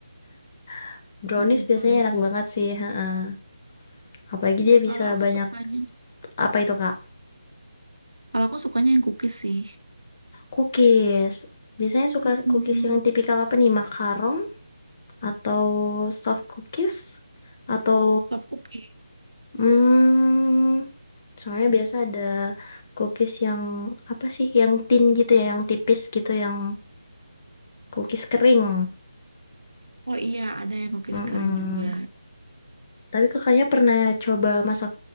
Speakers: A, on the left; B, on the right.
A: <laughs> Brownies
B: Oh, brownie.
A: biasanya enak banget sih, heeh. Apalagi dia
B: Kalau
A: bisa
B: aku
A: banyak
B: sukanya,
A: apa itu Kak?
B: kalau aku sukanya yang cookies sih.
A: Cookies. Biasanya suka
B: Hmm,
A: cookies yang tipikal apa nih? Makaron atau soft cookies atau
B: soft cookies.
A: Hmm, soalnya biasa ada cookies yang apa sih, yang thin gitu ya, yang tipis gitu, yang cookies kering.
B: Oh iya, ada yang cookies
A: Mm-mm.
B: kering juga.
A: Tapi kakaknya pernah coba masak